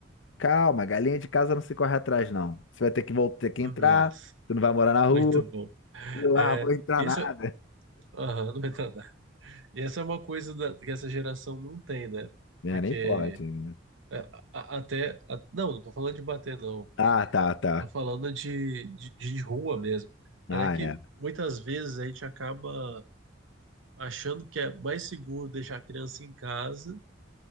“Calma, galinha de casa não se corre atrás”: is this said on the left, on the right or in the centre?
Left